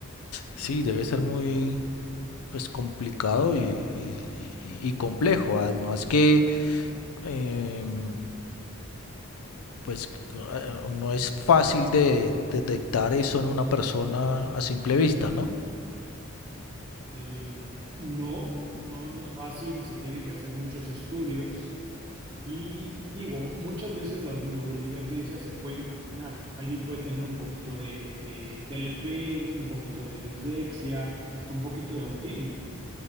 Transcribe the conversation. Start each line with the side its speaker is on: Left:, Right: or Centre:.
Left: Sí, debe ser muy pues complicado y, y- y- y complejo. Además que eh, pues eh, no es fácil de detectar eso en una persona a simple vista, ¿no?
Right: Eh, no, no, no es fácil, se tienen que hacer muchos estudios y digo, muchas veces las neurodivergencias se pueden combinar. Alguien puede tener un poquito de, de TLP, un poquito de dislexia, hasta un poquito de autismo.